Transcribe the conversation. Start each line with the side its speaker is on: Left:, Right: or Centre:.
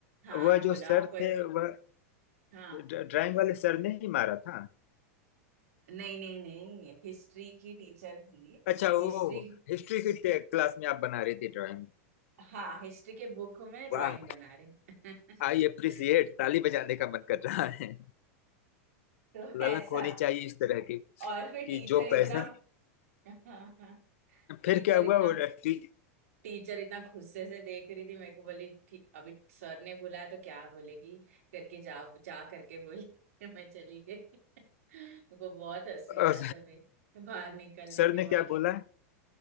Right: हाँ
Left: वह
Right: आप बोलो
Left: जो सर
Right: आप कोई
Left: थे
Right: तो
Left: वह
Right: हाँ
Left: ड्राइंग वाले सर ने ही मारा था
Right: नहीं नहीं नहीं हिस्ट्री की टीचर थी
Left: अच्छा वो
Right: हिस्ट्री
Left: हिस्ट्री की टे- क्लास में आप बना रहे थे ड्राइंग
Right: हाँ हिस्ट्री के बुक में ड्राइंग
Left: वाह
Right: बना रहे <laughs>
Left: आई अप्रिसिएट ताली बजाने का मन कर रहा है
Right: तो
Left: ललक
Right: ऐसा
Left: होनी चाहिए इस तरह की
Right: और फिर
Left: कि
Right: टीचर
Left: जो पैसा
Right: इतना <laughs> टीचर
Left: फिर क्या हुआ
Right: इतना
Left: वो टी-
Right: टीचर इतना गुस्से से देख रही थी मेरे को बोली ठीक अभी सर ने बुलाया तो क्या बोलेगी करके जा जा करके बोली <laughs> मैं चली गई <laughs> मुझको बहुत हंसी
Left: अ,
Right: आया तभी बाहर निकलने
Left: सर
Right: के
Left: ने
Right: बाद
Left: क्या बोला